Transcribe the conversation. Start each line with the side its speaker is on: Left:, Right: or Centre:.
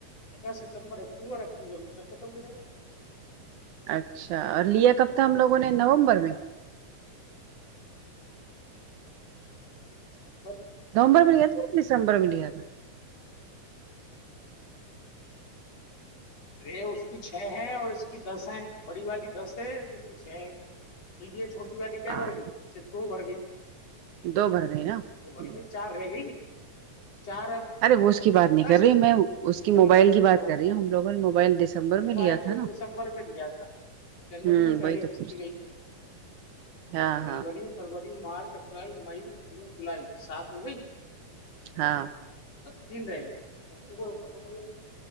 Left: اگست ستمبر اکتوبر اکتوبر میں سب ختم ہو جائے گا
Right: اچھا اور لیے کب تھا ہم لوگوں نے نومبر میں
Left: نومبر میں <unintelligible>
Right: نومبر میں لیا تھا یا دسمبر میں لیا تھا
Left: رے اس کی چھ ہے اور اس کی دس ہے بڑی والی دس ہے اس کی چھ ہے یہ چھوٹی والی کیا
Right: ہاں
Left: بھر گئیتو دو بھر گئی
Right: دو بھر گئے نا
Left: دو بھر
Right: ھمم
Left: گئی چار رہ گئی چار اب
Right: ارے وہ اس کی بات نہیں
Left: اگست
Right: کر رہی میں اس
Left: ستمبر
Right: کی موبائل
Left: اکتوبر
Right: کی بات
Left: نومبر
Right: کر رہی ہوں ہم لوگوں نے موبائل ستمبر
Left: موبائل
Right: میں لیا
Left: تو
Right: تھا نا ھمم
Left: دسمبر میں لیا تھا جنوری میں پہلی
Right: وہی تو
Left: قسط
Right: پوچھ
Left: گئی
Right: رہی ہو
Left: ہے
Right: ہاں
Left: جنوری فروری مارچ اپریل مئی جون جولائی سات ہو گئی
Right: ہاں
Left: سب تین رہ گی سب کو خت ہوھے